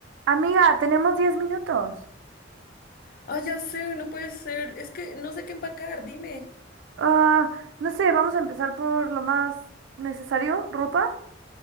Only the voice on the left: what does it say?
Ah, ya sé, no puede ser. Es que no sé qué empacar, dime.